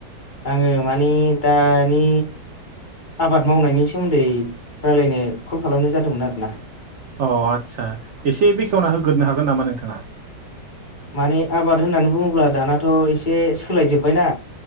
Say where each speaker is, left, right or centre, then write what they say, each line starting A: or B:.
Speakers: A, on the left; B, on the right.
A: आङो मानि दानि आबाद मावनायनि सोमोन्दै रायलायनो कल खालामनाय जादोंमोन आरो ना।
B: अ आदसा एसे बेखेवना होग्रोनो हागोन नामा नोंथाङा?
A: माने आबाद होननानै बुङोब्ला दानाथ' एसे सोलायजोब्बायना।